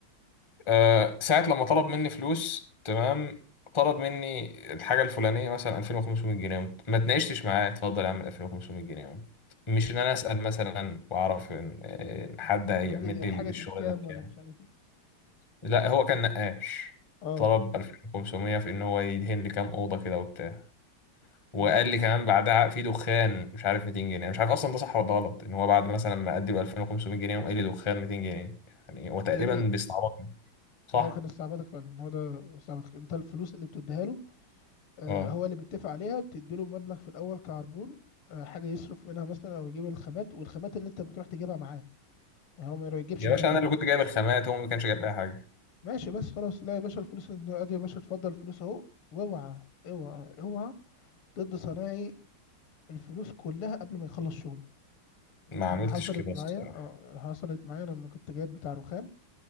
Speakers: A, on the left; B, on the left.
A: آه، ساعة لما طلب مني فلوس تمام طلب مني الحاجة الفلانية مثلا 2500 جنيه قمت- ما اتناقشتش معاه اتفضل يا عم 2500 جنيه قمت- مش إن أنا أسأل مثلا وأعرف إن إن حد هيعمل
B: الحاجه
A: لي
B: الحاجه دي
A: الشغل
B: بكام
A: ده بكام.
B: ولا مش عارف ايه
A: لا هو كان نقاش
B: اه
A: طلب 2500 في ان هو يدهن لي كام اوضه كده وبتاع وقال
B: مم.
A: لي كمان بعدها في دخان مش عارف 200 جنيه أنا مش عارف اصلا ده صح ولا غلط ان هو بعد مثلا ما ادي له 2500 جنيه وقال لي دخان 200 جنيه يعني هو تقريبا
B: ايه اللي
A: بيستعبطني صح
B: ما هو كان استعباطك فعلا ما هو ده استعباطك انت الفلوس اللي بتديها له آه
A: اه
B: هو اللي بيتفق عليها بتدي له مبلغ في الاول كعربون آه حاجه يصرف منها مثلا او يجيب الخامات والخامات اللي انت بتروح تجيبها معاه يعني هو ما يجيبش
A: يا
B: الخامات
A: باشا انا اللي
B: لا
A: كنت جايب الخامات هو ما كانش جايب اي حاجه
B: ماشي بس خلاص لا يا باشا الفلوس انت ادي يا باشا اتفضل الفلوس اهو واوعى اوعى اوعى ضد صنايعي الفلوس كلها قبل ما يخلص شغله
A: ما
B: انا
A: عملتش
B: حصلت
A: كده
B: معايا
A: الصراحه
B: اه حصلت معايا لما كنت جايب بتاع رخام